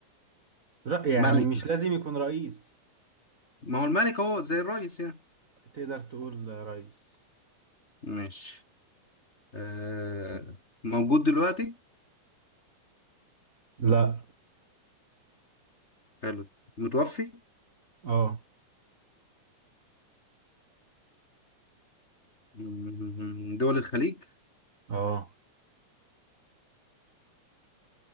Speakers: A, on the right; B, on the left.
A: رأي يعني
B: ملك
A: مش
B: يعني.
A: لازم يكون رئيس
B: ما هو الملك هو زي الرئيس يعني
A: تقدر تقول رئيس
B: ماشي آه موجود دلوقتي
A: لا
B: حلو متوفي
A: اه
B: مم، دول الخليج
A: اه